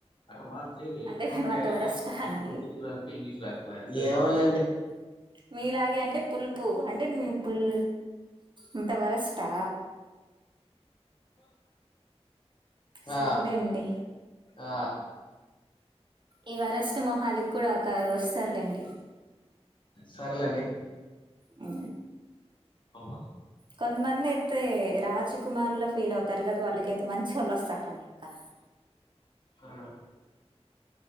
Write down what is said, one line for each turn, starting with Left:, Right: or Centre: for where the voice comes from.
Left: అ అతే
Right: అంటే
Left: పక్కడికపోతే
Right: మేము అంత వరస్టా అండి
Left: ఇంగ్లీష్ రాకపోయా ఏమలేండి
Right: మీలాగే అంటే పులుపు అంటే పుల్ ఇంత వరష్టా సర్లేండి
Left: ఆ. ఆ ఆ
Right: ఈ వరాష్ట్ర మొహాలకి కూడా ఒక వస్తారులేండి
Left: సరేలేండి
Right: ఆ
Left: అ మ
Right: కొంతమంది అయితే రాజ్ కుమార్ లో ఫీల్ అవుతారు కదా వాళ్ళకైతే మంచి వాళ్ళు వస్తారండి ఇంకా
Left: ఆ